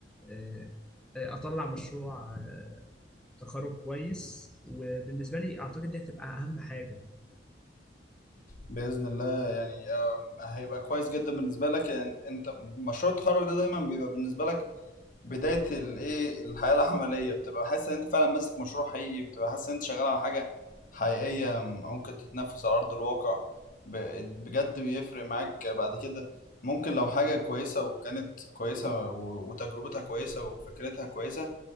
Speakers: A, in the centre; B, on the left.
A: آه، آه، اطلع مشروع تخرج كويس وبالنسبه لي اعتقد دي هتبقى اهم حاجه
B: باذن الله يعني آه هيبقى كويس جدا بالنسبة لك يعني انت مشروع التخرج ده دايما بيبقى بالنسبة لك بداية الايه الحياة العملية بتبقى حاسس ان انت فعلا ماسك مشروع حقيقي بتبقى حاسس ان انت شغال على حاجة حقيقية ممكن تتنفذ على أرض الواقع ب- بجد بيفرق معاك بعد كده ممكن لو حاجة كويسة وكانت كويسة و- وتجربتها كويسة وفكرتها كويسة